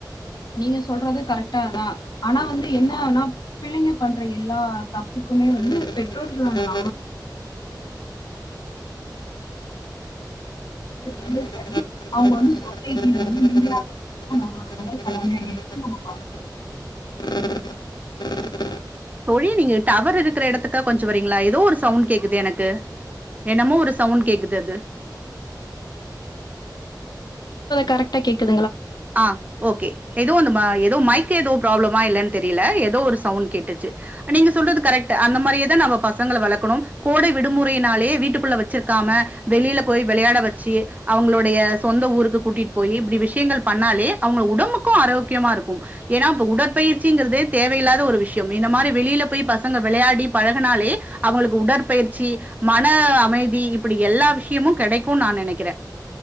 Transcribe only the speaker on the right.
தோழி நீங்க டவர் இருக்கிற இடத்துக் கொஞ்சம் வரீங்களா ஏதோ ஒரு சவுண்ட் கேக்குது எனக்கு என்னமோ ஒரு சவுண்ட் கேக்குதுஅது
ஆ ஓகே எதோ ஒன்னு எதோ மைக் எதோ ப்ராப்ளமா இல்லன் தெரியல எதோ ஒரு சவுண்ட் கேட்டுச்சு நீங்க சொல்றது கரெக்ட் அந்த மாதிரி தான் நம்ம பசங்கள வளக்கணும் கோடை விடுமுறை நாளே வீட்டுக்குள்ள வச்சிருக்காம வெளியில போய் விளையாட வச்சு அவங்களுடைய சொந்த ஊருக்கு கூட்டிட்டு போய் இப்டி விஷயங்கள் பண்ணாலே அவங்க உடம்புக்கும் ஆரோக்கியமா இருக்கும் ஏன்னா இப்ப உடற்பயிற்சிங்கிறதே தேவையில்லாத ஒரு விஷயம் இந்த மாதிரி வெளியில போய் பசங்க விளையாடி பழகுனாலே அவங்களுக்கு உடற்பயிற்சி மன அமைதி இப்டி எல்லா விஷயமும் கிடைக்கும்னு நான் நினைக்கிறேன்